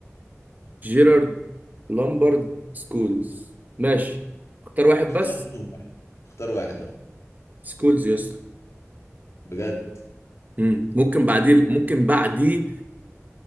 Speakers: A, on the right; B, on the left.
A: جيرارد لامبرد سكولز ماشي اختار واحد
B: اختار
A: بس
B: منهم واحد اختار واحد اه
A: سكولز يا اسطى
B: بجد
A: مم. ممكن بعديه ممكن بعديه